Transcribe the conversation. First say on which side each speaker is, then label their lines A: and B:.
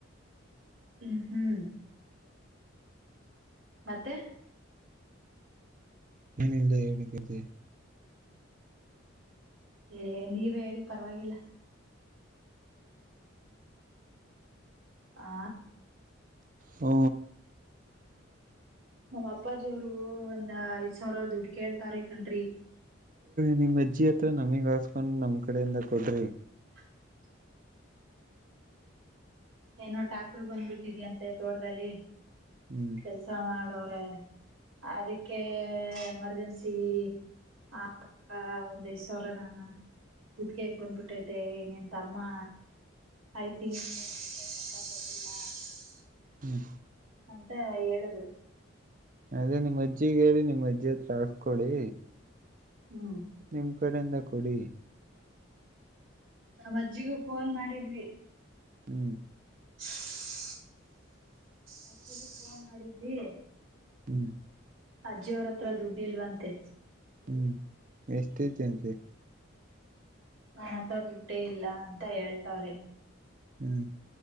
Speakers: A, on the right (about 80°); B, on the right (about 40°).
A: ಹ್ಮ್ ಹ್ಮ್ ಮತ್ತೆ
B: ಏನಿಲ್ಲದೆ ಹೇಳನಕ್ಕೆತೆ
A: ಹ ನೀವೇ ಹೇಳಿ ಪರವಾಗಿಲ್ಲ ಆ
B: ಹ
A: ನಮ್ಮ್ ಅಪ್ಪಾಜಿಯವರು ಒಂದ್ ಐದ್ ಸಾವಿರ ಹುಡ್ಕೇಳ್ತಾರೆ ಕಣ್ರಿ
B: ನಿಮ್ ಅಜ್ಜಿ ಅತ್ರ ನಮಿಗ್ ಹಾಸ್ಕೊಂಡ್ ನಮ್ ಕಡೆಯಿಂದ ಕೊಡ್ರಿ
A: <inaudible> ಏನೋ ಟ್ಯಾಕ್ಟರ್ ಬಂದ್ಬಿಟ್ಟಿದಿ ಅಂತೆ ತೋಟದಲ್ಲಿ
B: ಹ್ಮ್
A: ಕೆಲ್ಸ ಮಾಡೋ್ರೆ ಅದಕ್ಕೆ ಎಮರ್ಜೆನ್ಸಿ ಹಾ ಒಂದ ಐದು ಸಾವಿರ ನಾನ ಕುತ್ತಿಗೆ ಹಿಡಿದುಕೊಂಡು ಬಿಟ್ಟಿದೆ ನಿನ್ ತಮ್ಮ ಐ ತಿಕ್ <unintelligible>
B: ಹ್ಮ್
A: ಅಂತ ಹೇಳುದ್ರು
B: ಅದೇ ನಿಮ್ಮ್ ಅಜ್ಜಿಗ ಹೇಳಿ ನಿಮ್ಮ್ ಅಜ್ಜಿ ಹತ್ರ ಹಸ್ಕೊೊಳ್ಳಿ
A: ಹ್ಮ್
B: ನಿಮ್ ಕಡೆಯಿಂದ ಕೊಡಿ
A: ನಾ್ ಅಜ್ಜಿಗೂ ಫೋನ್ ಮಾಡಿದ್ವಿ
B: ಹ್ಮ್
A: <inaudible> ಒ ಫೋನ್ ಮಾಡಿದ್ವಿ
B: ಹ್ಮ್
A: ಅಜ್ಜಿಯ ಅವ್ರತ್ರ ದುಡ್ಡಿ ಇಲ್ವಂತೆ
B: ಹ್ಮ್ ಎಷ್ಟೇ ಜನ್ಸರಿ
A: ನನ್ಥ ದುಡ್ಡೇ ಇಲ್ಲ ಅಂತ ಹೇಳ್ತವಾರೆ
B: ಹ್ಮ್